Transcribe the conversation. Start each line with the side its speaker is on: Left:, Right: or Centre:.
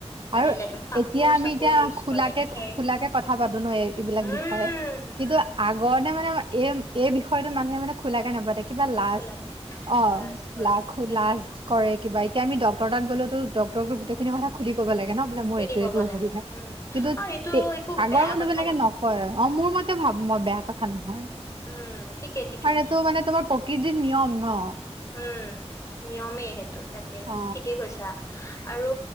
Left: মানে
Right: আৰু
Left: কাপোৰ
Right: এতিয়া আমি
Left: চাপোৰ
Right: এতিয়া
Left: ইউজ
Right: খোলাকে
Left: কৰে খেৰ
Right: খোলাকে কথা পাতো ন এই এইবিলাক
Left: উম
Right: বিষয়ে কিন্তু
Left: উম
Right: আগৰতে মানে এ এই বিষয়তো মানুহে মানে খোলাকে নাপাথাকে কিবা লাজ
Left: খোলাকে নাপায়
Right: অঁ
Left: লাজ কৰে
Right: লাখো
Left: তাকে
Right: লাজ কৰে কিবা এতি আমি ডক্তৰৰতাত গ'লে তো ডক্তৰো গোটেইখিনি কথা কৰিব লাগে ন বোলে
Left: খুলি
Right: মোৰ এইটো
Left: ক'ব
Right: এইটো অসুবিধা
Left: লাগে উম
Right: কিন্তু
Left: আৰু এইটো
Right: তে
Left: একো
Right: আগৰ
Left: বেয়া
Right: মানুহ
Left: কথা
Right: বিলাকে
Left: নহয়
Right: নকয় অঁ মোৰ মতে ভাব মই বেয়া কথা নহয়
Left: উম ঠিকে ঠিকে
Right: কাৰ এইটো মানে তোমাৰ প্ৰকৃতি যদি নিয়ম ন
Left: উম নিয়মেই সেইটো তাকে
Right: অ
Left: ঠিকেই কৈছা আৰু